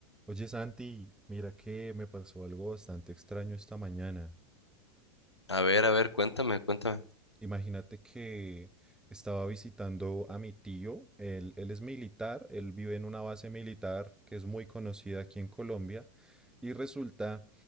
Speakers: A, in the centre; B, on the left.
A: Oye Santi, mira que me pasó algo bastante extraño esta mañana.
B: A ver, a ver, cuéntame, cuéntame.
A: Imagínate que estaba visitando a mi tío, él, él es militar, él vive en una base militar que es muy conocida aquí en Colombia y resulta